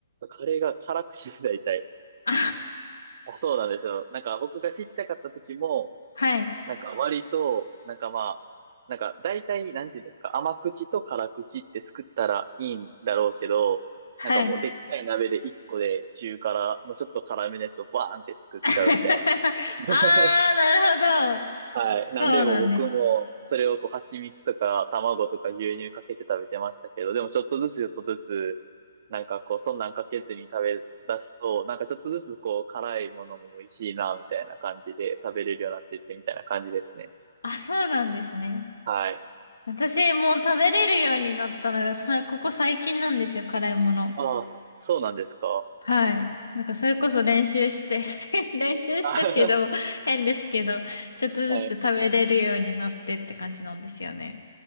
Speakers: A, on the right; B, on the left.
A: カレーが辛口で大体。
B: あ、
A: あ、そうなんですよ。なんか僕がちっちゃかった時も、
B: はい、
A: なんか割と、なんかまあ、なんか大体、なんていうんですか、甘口と辛口って作ったらいいんだろうけど、
B: はい。
A: なんかもうでっかい鍋で一個で中辛のちょっと辛めのやつをバーンって作っちゃうみたいな。
B: <laughs>
A: <laughs>
B: ああ、なるほど。
A: はい。なんでも僕もそれをこう蜂蜜とか卵とか牛乳かけて食べてましたけど、
B: そうなんです。
A: でもちょっとずつちょっとずつ、なんかこうそんなんかけずに食べ出すと、なんかちょっとずつこう辛いものも美味しいなみたいな感じで食べれるようになってってみたいな感じですね。
B: あ、そうなんですね。
A: はい。
B: 私、もう食べれるようになったのが、さ、ここ最近なんですよ、辛いもの。
A: ああ、そうなんですか。
B: はい。なんかそれこそ練習して
A: うん、
B: <laughs> 練習してっていうのも
A: あ
B: <laughs> 変ですけど、ちょっとずつ食べれるようになってって感じなんですよね。
A: <laughs> はい。